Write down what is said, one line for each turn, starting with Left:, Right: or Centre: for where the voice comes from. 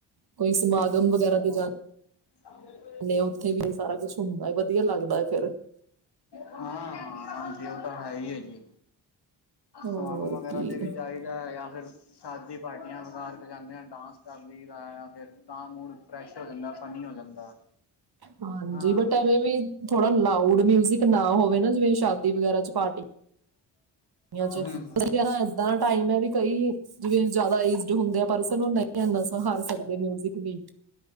Right: ਕੋਈ ਸਮਾਗਮ ਵਗੈਰਾ ਤੇ ਜਾਂਦੇ।
Left: ਹਾਂ।
Right: ਨਹੀਂ ਉੱਥੇ ਵੀ ਸਾਰਾ ਕੁਝ ਹੁੰਦਾ ਹੈ ਵਧੀਆ ਲੱਗਦਾ ਹੈ ਫੇਰ।
Left: ਹਾਂ ਹਾਂਜੀ ਉਹ ਤਾਂ ਹੈ ਹੀ ਹੈ ਜੀ।
Right: ਹੋਰ
Left: ਸਮਾਗਮ ਵਗੈਰਾ
Right: ਕੀ
Left: ਤੇ ਵੀ ਚਾਹੀਦਾ ਹੈ ਜਾਂ ਫਿਰ ਸ਼ਾਦੀ। ਪਾਰਟੀਆਂ ਵਗੈਰਾ ਤੇ ਜਾਂਦੇ ਹਾਂ ਡਾਂਸ ਕਰ ਲਈ ਦਾ ਫਿਰ ਤਾਂ ਮੁੂੜ ਫਰੈਸ਼ ਹੋ ਜਾਂਦਾ ਫਨੀ ਹੋ ਜਾਂਦਾ।
Right: ਹਾਂਜੀ
Left: ਹਾਂ
Right: ਬਟ ਐਵੇਂ ਵੀ ਥੋੜਾ ਲਾਊਡ ਮਿਊਜਿਕ ਨਾ ਹੋਵੇ ਨਾ ਜਿਵੇਂ ਸ਼ਾਦੀ ਵਗੈਰਾ ਚ ਪਾਰਟੀ ਕਈਆਂ ਚ
Left: ਹੂੰ।
Right: ਏਦਾਂ ਦਾ ਟਾਈਮ ਹੈ ਵੀ ਕਈ ਜਿਵੇਂ ਜਿਆਦਾ ਏਜਡ ਹੁੰਦੇ ਪਰਸਨ ਉਹ ਨਹੀਂ ਨਾ ਸਹਾਰ ਸਕਦੇ ਮਿਊਜਿਕ ਵੀ।